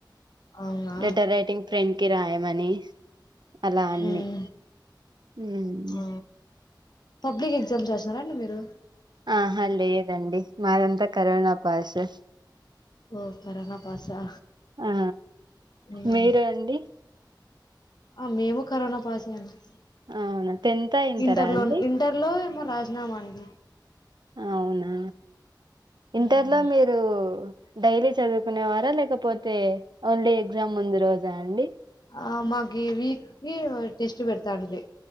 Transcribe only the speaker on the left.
అవునా?
హ్మ్.
ఆ! పబ్లిక్ ఎగ్జామ్స్ రాసినారా అండి మీరు
ఓ కరనా పాసా
హ్మ్.
ఆ మేము కరోనా పాసే అండి
ఇంటర్ లో
ఇంటర్ లో మా రా నా మాంగి
హ్మ్.
ఆ మాకి వీక్లీ ఓ టెస్ట్ పెడతాంట్రి